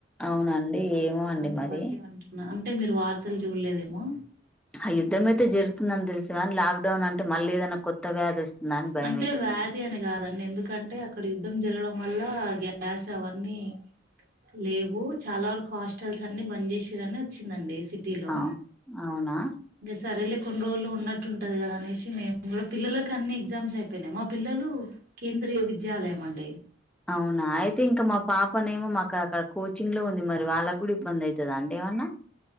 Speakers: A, in the centre; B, on the right (about 55°).
A: అవునాండి ఏమో అండి
B: దాన్ని
A: మరి
B: బట్టి అంటున్నా. అంటే మీరు వార్తలు చూడలేదేమో
A: ఆ యుద్ధం అయితే జరుగుతుందని తెలుసు కానీ లాక్డౌన్ అంటే మళ్ళీ ఏదైనా కొత్త వ్యాధి వస్తుందా అని భయం
B: అంటే
A: అవుతుందండి
B: వ్యాధి అని కాదండి ఎందుకంటే అక్కడ యు జరగడం వల్ల గ్యాస్ అవన్నీ లేవు చాలా వరకు హస్ట్ స్టాల్స్ అన్ని బంద్ చేసిని వచ్చిందండి సిటీలో
A: అవును అవునా
B: సరిేలే కొన్ని రోజులు ఉన్నట్టు ఉంటంది గదా అనేసి మేము గూడా పిల్లలకు అన్ని ఎగ్జామ్స్ అయిపోయినాయి మా పిల్లలు కేంద్రీయ విద్యాలయం అండి
A: అవునా అయితే ఇంకా మా పాపనే ఏమో మా అక్కడ అక్కడ కోచింగ్ లో ఉంది మరి వాళ్ళకి కూడా ఇబ్బంది అవుతుందా అండి ఏమన్నా